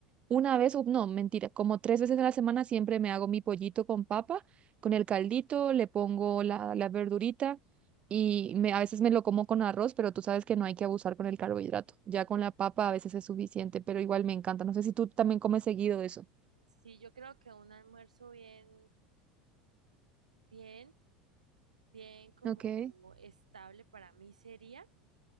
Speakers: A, on the right; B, on the right.
A: una vez, u- no, mentira, como tres veces a la semana siempre me hago mi pollito con papa, con el caldito, le pongo la, la verdurita y me, a veces me lo como con arroz, pero tú sabes que no hay que abusar con el carbohidrato. Ya con la papa a veces es suficiente, pero igual me encanta. No sé si tú también comes seguido eso.
B: Sí, yo creo que un almuerzo bien, bien. bien como
A: Ok.
B: estable para mí sería,